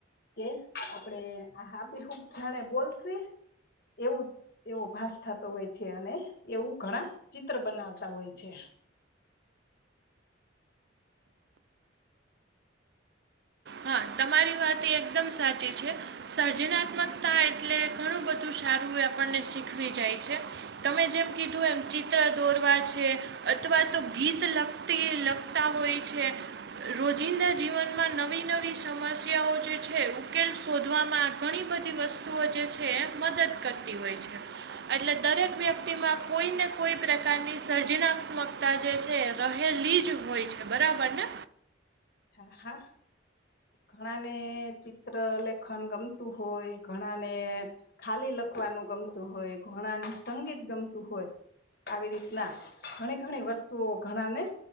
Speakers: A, on the left (about 55°); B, on the right (about 60°).
A: કે આપડે આ હબે હૂબ જાણે બોલસે એવું એવો ભાસ થતો હોય છે અને એવું ઘણા ચિત્ર બનાવતા હોય છે.
B: હા તમારી વાત એ એકદમ સાચી છે સર્જનાત્મકતા એટલે ઘણું બધું સારું એ આપણને શીખવી જાય છે તમે જેમ કીધું એમ ચિત્ર દોરવા છે. અથવા તો ગીત લગતી લખતા હોય છે રોજિંદા જીવનમાં નવી નવી નવી સમસ્યાઓ જે છે ઉકેલ શોધવામાં ઘણી બધી વસ્તુઓ જે છે મદદ કરતી હોય છે. એટલે દરેક વ્યક્તિમાં કોઈ ને કોઈ પ્રકાર ની સર્જનાત્મકતા જે છે રહેલી જ હોય છે બરાબર ને.
A: હા હા. ઘણા ને ચિત્ર લેખન ગમતું હોય ઘણા ને ખાલી લ ખવાનું ગમતું હોય ઘણાને સંગીત ગમતું હોય. આવી રીતના ઘણી ઘણી વસ્તુઓ ઘણા ને